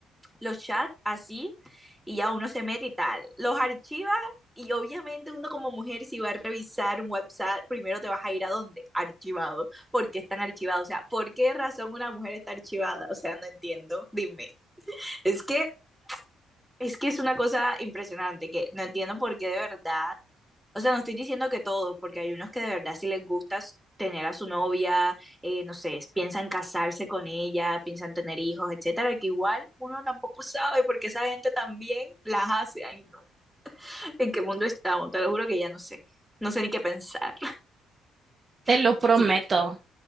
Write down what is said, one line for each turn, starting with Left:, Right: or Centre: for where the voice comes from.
Centre: los chats así y ya uno se mete y tal. Los archiva y obviamente uno como mujer si va a revisar un WhatsApp primero te vas a ir a dónde? Archivado. ¿Por qué están archivados? O sea, ¿por qué razón una mujer está archivada? O sea, no entiendo. Dime. Es que es que es una cosa impresionante, que no entiendo por qué de verdad, o sea, no estoy diciendo que todos, porque hay unos que de verdad sí les gusta s- tener a su novia, eh, no sé, piensan casarse con ella, piensan tener hijos, etcétera, que igual uno tampoco <laughs> sabe porque esa gente también las hace. Ay, no. ¿En qué mundo estamos? Te lo juro que ya no sé. No sé ni qué pensar.
Right: te lo
Centre: <laughs>
Right: prometo.
Centre: Así que, o